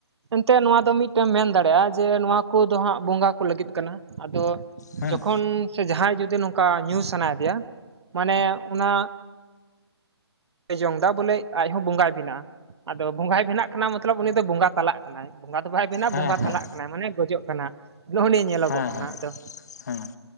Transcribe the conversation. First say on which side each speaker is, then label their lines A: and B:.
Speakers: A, on the right; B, on the left.
A: ᱮᱱᱛᱮᱜ ᱱᱚᱣᱟ ᱫᱚ ᱢᱤᱫᱴᱮᱢ ᱢᱮᱱ ᱫᱟᱲᱮᱭᱟᱜᱼᱟ ᱡᱮ ᱱᱚᱣᱟ ᱠᱚᱫᱚ ᱦᱟᱸᱜ ᱵᱚᱸᱜᱟ ᱠᱚ ᱞᱟᱹᱜᱤᱫ ᱠᱟᱱᱟ ᱟᱫᱚ
B: ᱦᱮᱸ
A: ᱡᱚᱠᱷᱚᱱ ᱥᱮ ᱡᱟᱦᱟᱸᱭ ᱡᱩᱫᱤ ᱱᱚᱝᱠᱟ ᱧᱩ ᱥᱟᱱᱟᱭᱮᱫᱮᱭᱟ ᱢᱟᱱᱮ ᱚᱱᱟ ᱡᱚᱝ ᱮᱫᱟ ᱵᱚᱞᱮ ᱟᱡᱦᱚᱸ ᱵᱚᱸᱜᱟᱭ ᱵᱮᱱᱟᱜᱼᱟ ᱟᱫᱚ ᱵᱚᱸᱜᱟᱭ ᱵᱮᱱᱟᱜ ᱠᱟᱱᱟ ᱢᱚᱛᱞᱚᱵ ᱩᱱᱤ ᱫᱚ ᱵᱚᱸᱜᱟ ᱛᱟᱞᱟᱜ ᱠᱟᱱᱟ ᱵᱚᱸᱜᱟ ᱫᱚ ᱵᱟᱭ ᱵᱮᱱᱟ
B: ᱦᱮᱸ
A: ᱵᱚᱸᱜᱟ
B: ᱦᱮᱸ
A: ᱛᱟᱞᱟᱜ ᱠᱟᱱᱟᱭ ᱢᱟᱱᱮ ᱜᱚᱡᱚᱜ ᱠᱟᱱᱟ <inaudible>
B: ᱦᱮᱸ
A: ᱠᱟᱱᱟ
B: ᱦᱮᱸ
A: ᱟᱫᱚ
B: ᱦᱮᱸ